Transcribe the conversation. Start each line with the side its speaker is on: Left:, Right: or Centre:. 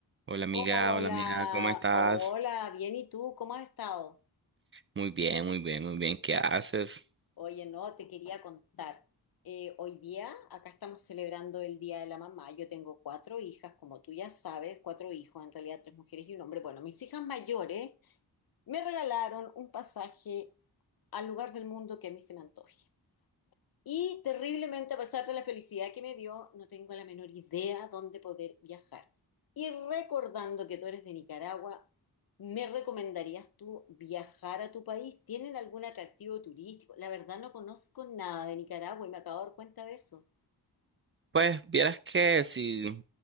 Right: Hola amiga,
Left: Hola,
Right: hola amiga, ¿cómo estás?
Left: hola, bien, ¿y tú? ¿Cómo has estado?
Right: Muy bien, muy bien, muy bien, ¿qué haces?
Left: Oye, no, te quería contar. Eh, hoy día acá estamos celebrando el Día de la Mamá. Yo tengo cuatro hijas, como tú ya sabes, cuatro hijos, en realidad tres mujeres y un hombre. Bueno, mis hijas mayores me regalaron un pasaje al lugar del mundo que a mí se me antoje. Y terriblemente, a pesar de la felicidad que me dio, no tengo la menor idea dónde poder viajar. Y recordando que tú eres de Nicaragua, ¿me recomendarías tú viajar a tu país? ¿Tienen algún atractivo turístico? La verdad no conozco nada de Nicaragua y me acabo de dar cuenta de eso.
Right: Pues vieras que si,